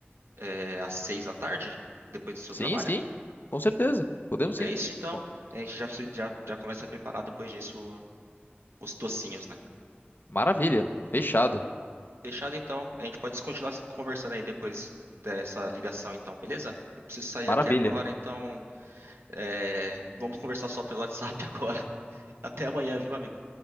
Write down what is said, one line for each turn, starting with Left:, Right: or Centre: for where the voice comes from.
Right: é, às seis da tarde, depois do seu
Left: Sim,
Right: trabalho?
Left: sim, com certeza. Podemos
Right: É
Left: sim.
Right: isso então.
Left: Bom,
Right: A gente já, se- já, já começa a preparar depois disso os docinhos, né?
Left: maravilha. Fechado.
Right: Fechado então. A gente pode continuar conversando aí depois dessa ligação, então, beleza? Eu preciso sair
Left: Maravilha.
Right: aqui agora, então é, vamos conversar só pelo WhatsApp agora. <laughs> Até amanhã, viu, amigo?